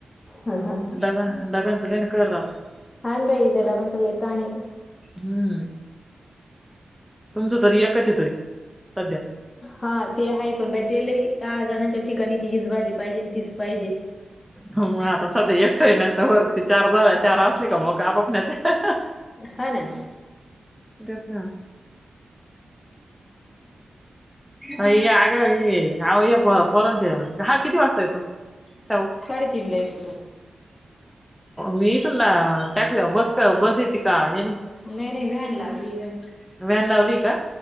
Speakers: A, on the left; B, in the centre.
A: हा हा
B: डबा डाब्यांचा लई ना कहर राहतो.
A: हान बाई ते डब्यांचा लइ ताण आणि
B: हम्म. तुमचं तरी एकच तरी सध्या.
A: हा ते आहे, पण बाई ते लई दहा जणांच्या ठिकाणी, ती हीच भाजी पाहिजे, तीच पाहिजे.
B: हो मग आता सध्या एकटं ना तोवर त चार झाल्या
A: हा
B: चार असले का मग आपोप नेता.
A: हा ना
B: तेच ना. अ आग ये आओ या पोरांचं, हा किती वाजता येतो? शाहू?
A: साडेतीन ला येतो तो.
B: मी इथून ना टॅक्स बस का बस येते का यान?
A: नाही नाही व्हॅन लागली व्हॅन
B: व्हॅन लावली का?